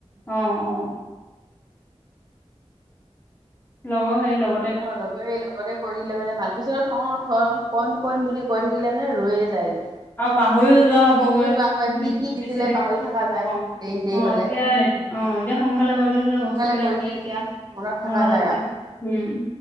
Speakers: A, on the left; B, on the right.
A: অ' অ'। লগৰ হেই লগত।
B: অ' লগৰ সেই লগতে কৰি দিলে মানে ভাল পিছত আৰু থ-থ- কৰিম কৰিম বুলি কৈ থাকিলে মানে ৰৈয়ে যায়গৈ।
A: আৰু পাহৰিও যোৱা হ'বগৈ
B: বাহিৰত যোৱা হয় কি
A: বে
B: কি দিছিলে
A: বেছিদিন
B: পাহৰি থকা যায়
A: অ', অ',
B: দেৰি দেৰি হলে
A: এতিয়া অ' এতিয়া সোনকালে কৰিলে হ'লে
B: সোনকালে
A: বস্তু কেইটা
B: কৰিলে
A: কি
B: এতিয়া
A: কি
B: থকা
A: মনত
B: যায় আৰু
A: আছে, হম।